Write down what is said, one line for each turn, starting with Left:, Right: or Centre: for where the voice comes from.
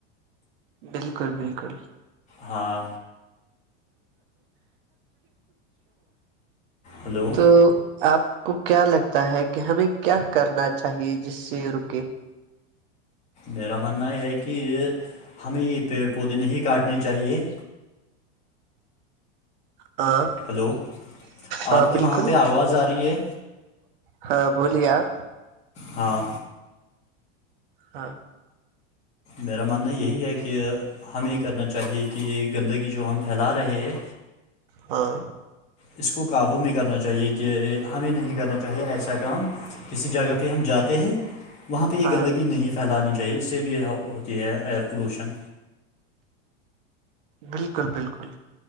Right: بالکل بالکل
Left: ہاں ہلو
Right: تو آپ کو کیا لگتا ہے کہ ہمیں کیا کرنا چاہیے جس سے رکے
Left: میرا ماننا یہ ہے کہ ہمیں یہ پیڑ پودے نہیں کاٹنے چاہیے ہ
Right: ہاں
Left: ہلو
Right: ہاں
Left: آپ کی
Right: بالکل
Left: وہاں پہ آواز آ رہی ہے
Right: ہاں بولیے آپ
Left: ہاں
Right: ہاں
Left: میرا ماننا یہی ہے کہ ہمیں کرنا چاہیے کہ گندگی جو ہم پھیلا رہے ہیں
Right: ہاں
Left: اس کو قابو میں کرنا چاہیے کہ ہمیں نہیں کرنا چاہیے ایسا کام کسی جگہ پہ ہم جاتے ہیں وہاں پہ یہ
Right: ہاں
Left: گندگی نہیں پھیلانی چاہیے اس سے بھی ہوتی ہے ایئر پولوشن
Right: بالکل بالکل